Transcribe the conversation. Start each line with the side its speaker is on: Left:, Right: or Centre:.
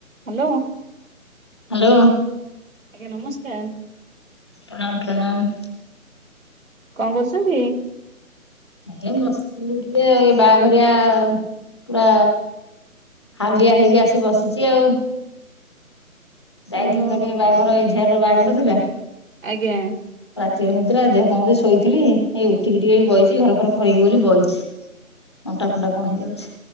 Right: Hello
Left: hello
Right: ଆଜ୍ଞା ନମସ୍କାର
Left: ପ୍ରଣାମ ପ୍ରଣାମ
Right: କଣ କରୁଛନ୍ତି
Left: ହେ ବସିଥିଲୁ ଟିକେ ଆଉ ଏଇ ବାହାଘରିଆ ପୁରା ହାଲିଆ ହେଇକି ଆସି ବସିଛି ଆଉ ଯାଇଥିଲ
Right: ଓହୋ
Left: ତ ଟିକେ ବାହାଘର ଏଝିଅ ର ବାହାଘର ଥିଲା।
Right: ଆଜ୍ଞା।
Left: ଦେହ ନିଦ୍ରା ଦେହ କଣ ଶୋଇଥିଲ ଏଇ ଉଠିକି ଟିକେ ବଇଛି। ଘର ଫରେ ଖରିକିବି ବୋଲି ବହିଛି ଅଣ୍ଟା ଫଣ୍ଟା କଣ ହେଇଯାଉଛି।